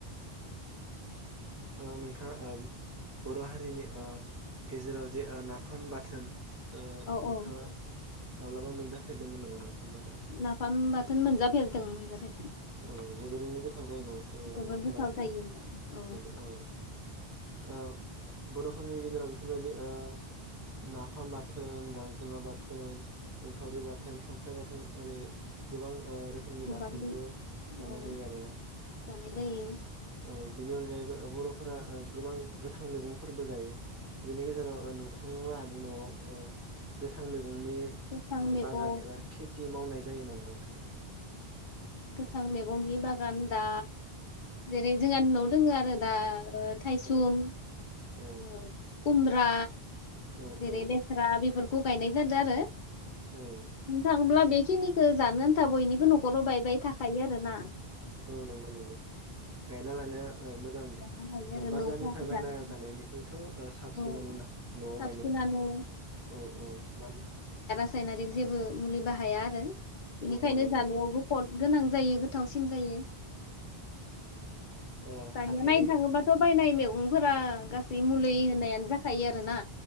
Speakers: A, on the right; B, on the left.
A: औ नोंथाङा ओम बर' हारिनि ओ गेजेराव जे ओ नाफाम बाथोन ओ
B: औ
A: नोंथाङा
B: औ
A: माब्लाबा मोनजाफेरदोंमोन नामा? बाथोन?
B: नाफाम बाथोन मोनजाफेरदों मोनजाफेरदों।
A: औ जोबोरैनो गो थाव जायो नङासै
B: जोबोर
A: नाफाम
B: गोथाव
A: बाथोना?
B: जायो होनलाय
A: नोंगौ औ। ओ बर'हारिनि गेजेराव बेफो बेफोरबायदि ओ नाफाम बाथोन गांजेमा बाथोन एंखावरि बाथोन खांख ख्राइ बाथोन ओरै गोबां ओ रोखोमनि
B: गोबां
A: बाथोनबो
B: दं
A: जानाय
B: औ
A: जायो आरोना?
B: जानाय जायो
A: ओ बिनि अनगायैबो ओ बर'फोरा ओ गोबां गोथां मैगंफोरबो जायो। बेनि गेजेराव ओ नोंथां लाहानि न'आव ओ गोथां मै गंनि
B: गोथां
A: ओ
B: मैगं
A: बागान एबा खिथि मावनाय जायो नामा नोंथां?
B: गोथां मैगंनि बागान दा जेरै जोंहानि न'आव दोङो आरो दा ओ थाइसुम
A: औ औ
B: <unintelligible> खुम्ब्रा
A: औ
B: जेरै
A: औ
B: लेस्रा बेफोर खौ गायनाय जादों आरो
A: औ
B: बुंनो थाङोब्ला बे खिनिखौ जानो आन्था बयनिबो नखराव बायबाय थाखायो आरो ना
A: औ नंगौ नंगौ गायना लानाया ओ मोजां ओ
B: गायना लायो आरो
A: बाजारनिफ्राय
B: न' बाहाय जानो
A: बायना जानायनि बेथ' ओ साबसिनानोना
B: औ
A: न'आव
B: साबसिनानो
A: गायनाया औ औ मानो
B: सायनारिक जेबो मुलि बाहाया बेनिखायनो
A: नंगौ नंगौ
B: जानायावबो
A: नंगौ
B: खद गोनां जायो गोथावसि न जायो।
A: ओ
B: दानिया
A: हाथायनि
B: नायनो थाङोबाथ' बायनाय मै सुबुंफोरा गा जि मुलि होननायानो जाखायो आरोना